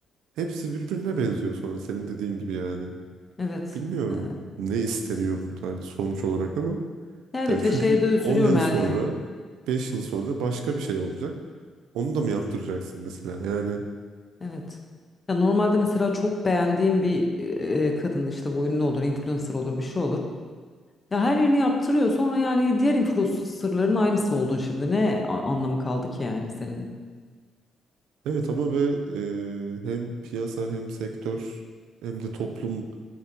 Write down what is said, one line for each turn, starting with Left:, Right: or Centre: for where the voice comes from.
Right: Hepsi birbirine benziyor sonra senin dediğin gibi yani.
Left: Evet.
Right: Bilmiyorum
Left: Ee,
Right: ne isteniyor burada hani sonuç olarak ama.
Left: ya evet
Right: Yani
Left: ve
Right: çünkü
Left: şeye de üzülüyorum
Right: 10 yıl
Left: yani.
Right: sonra, 5 yıl sonra başka bir şey olacak. Onu da mı yaptıracaksın mesela? Yani
Left: Evet. Ya normalde mesela çok beğendiğim bir e, e, kadın işte bu ünlü olur, influencer olur, bir şey olur. Ya her yerini yaptırıyor. Sonra yani diğer influencerların aynısı oldun şimdi. Ne a- anlamı kaldı ki yani senin?
Right: evet ama ve e, hem piyasa hem sektör hem de toplum